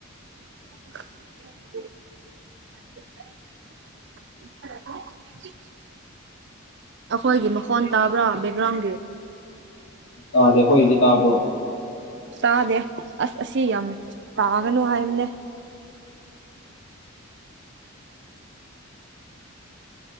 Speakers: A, on the right (about 55°); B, on the left (about 65°).
A: <unintelligible>
B: <inaudible>
A: <inaudible> ꯑꯈꯣꯏꯒꯤ ꯃꯈꯣꯟ ꯇꯥꯕ꯭ꯔꯥ ꯕꯦꯛꯒ꯭ꯔꯥꯎꯟꯒꯤ
B: ꯇꯥꯗꯦ ꯑꯩꯈꯣꯏꯒꯤꯗꯤ ꯇꯥꯕ꯭ꯔꯣ
A: ꯇꯥꯗꯦ ꯑꯁ ꯑꯁꯤ ꯌꯥꯝ ꯇꯥꯒꯅꯨ ꯍꯥꯏꯕꯅꯦ